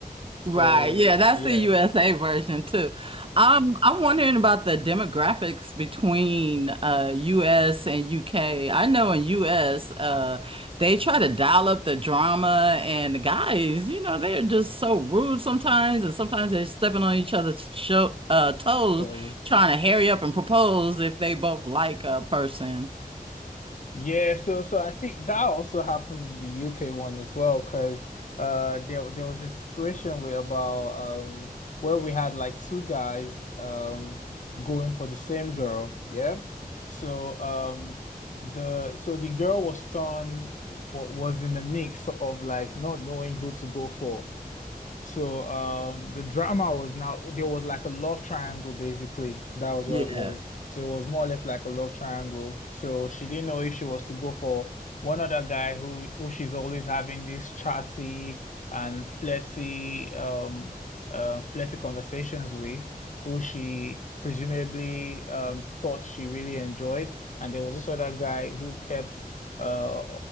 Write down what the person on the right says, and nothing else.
Right. Yeah, that's
the USA version too. Um, I'm wondering about the demographics between uh US and UK. I know in US, uh they try to dial up the drama and the guys, you know, they're just so rude sometimes and sometimes they're stepping on each other's show, uh toes
trying to hurry up and propose if they both like a person.
Yeah.